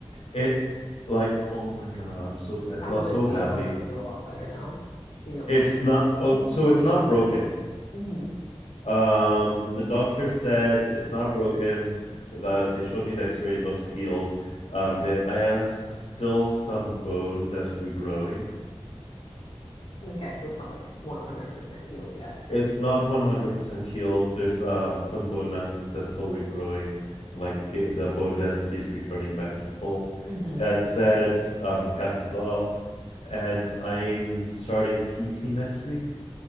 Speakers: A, on the left; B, on the left.
A: It, like, oh my God, I'm so th
B: How does it
A: so
B: feel?
A: happy.
B: Does it feel a lot better now? that You don't
A: It's
B: have to.
A: not, oh,
B: <laughs>
A: so it's not broken.
B: Mm-hmm.
A: Um, the doctor said it's not broken. The, they showed me the X-ray, it looks healed. Um, they, I have still some bone that's regrowing.
B: Okay, so it's not like 100% healed yet.
A: It's not 100% healed. There's um some bone masses that's still regrowing, like g- the bone density is returning back to full.
B: Mm-hmm.
A: That said, um, the cast is off, and I'm starting PT next week,